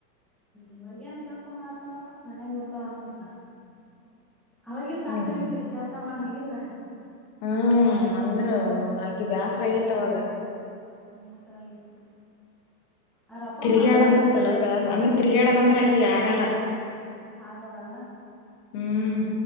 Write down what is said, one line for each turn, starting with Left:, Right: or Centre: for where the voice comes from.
Centre: ಇವಾಗೇ ಏನ್ ಕೆಲ್ಸ ಮಾಡ್ತಾರ ಅವ್ವ ಮನೆಗೆ ಇರ್ತಾಳೆ ಅನ್ಸತ್ತ. ಅವಾಗ ಸಾಕಾಗಿತಿ
Left: ಹ್ಮ್
Centre: ಕೆಲ್ಸ ಮಾಡಾಗೆಲ್ಲ,
Left: ಹ್ಮ್ ಅಂದ್ರ
Centre: ಹ
Left: ಆಕಿ ಬ್ಯಾಸರ ಆಗಿತ್ತ ಅವಾಗ
Centre: ಬೇಸರಾಗಿತ್ತು. ಅವ್ರ ಅಪ್ಪ
Left: ತಿರ್ಗಾಡದ
Centre: ಅಮ್ಮ ಅದಾರಲ್ಲ
Left: ಇತ್ತಲ್ಲ ಬ ಅಂದ್ರೆ ತಿರಾಗಾಡದ ಅಂದ್ರೆ ಹ ಆಗಲ್ಲ
Centre: ಆಗಲ್ಲ ಅಲ್ಲಾ.
Left: ಹ್ಮ್